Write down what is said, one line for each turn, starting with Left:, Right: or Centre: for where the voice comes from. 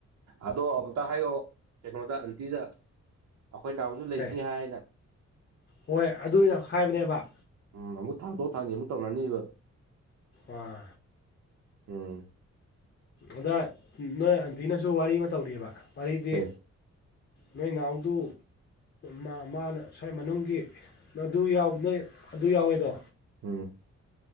Right: ꯑꯗꯣ ꯑꯨꯇ ꯍꯥꯏꯌꯛꯑꯣ ꯀꯩꯅꯣꯗ ꯑꯟꯇꯤꯗ ꯑꯩꯈꯣꯏ ꯅꯅꯥꯎꯁꯨ ꯂꯩꯅꯤ
Left: ꯑꯦ
Right: ꯍꯥꯏꯅ
Left: ꯍꯣꯏ ꯑꯗꯨꯅ ꯍꯥꯏꯥꯏꯕꯅꯦꯕ
Right: ꯎꯝ ꯑꯃꯨꯛ ꯊꯥꯡꯗꯣꯛ ꯊꯥꯡꯒꯦ ꯑꯃꯨꯛ ꯇꯧꯅꯅꯤꯕ
Left: ꯑꯥ
Right: ꯎꯝ
Left: ꯑꯗ ꯅꯣꯏ ꯑꯟꯇꯤꯅꯁꯨ ꯋꯥꯔꯤ ꯑꯃ ꯇꯧꯔꯤꯑꯕ ꯋꯥꯔꯤꯗꯤ
Right: ꯀꯩ
Left: ꯅꯣꯏ ꯏ ꯅꯅꯥꯎꯗꯨ ꯃꯥ ꯃꯥꯅ ꯁ꯭ꯋꯥꯏ ꯃꯅꯨꯡꯒꯤ ꯑꯗꯨ ꯅꯣꯏ ꯑꯗꯨ ꯌꯥꯎꯋꯦꯗꯣ
Right: ꯎꯝ